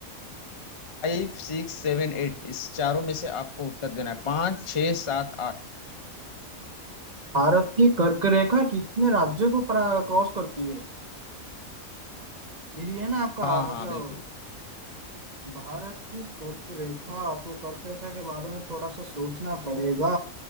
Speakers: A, on the left; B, on the right.
A: फाइव सिक्स सेवन एट इस चारों में से आपको उत्तर देना है पाँच छः सात आठ
B: भारत की कर्क रेखा कितने राज्यों को क्रॉस करती है यही है ना आपका
A: हाँ हाँ
B: मतलब
A: बिल्कुल
B: भारत की कर्क रेखा तो कर्क रेखा के बारे में थोड़ा सा सोचना पड़ेगा